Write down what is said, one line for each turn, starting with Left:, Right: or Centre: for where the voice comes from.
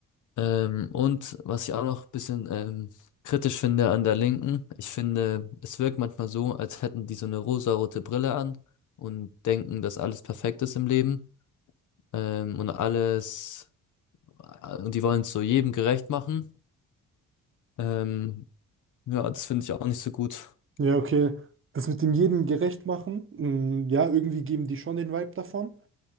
Left: Ähm, und was ich auch noch ein bisschen ähm, kritisch finde an der Linken, ich finde, es wirkt manchmal so, als hätten die so eine rosarote Brille an und denken, dass alles perfekt ist im Leben ähm, und alles Äh, Und die wollen es so jedem gerecht machen. Ähm, ja, das finde ich auch nicht so gut. <laughs>
Right: Ja, okay. Das mit dem jedem gerecht machen, mh, ja, irgendwie geben die schon den Vibe davon.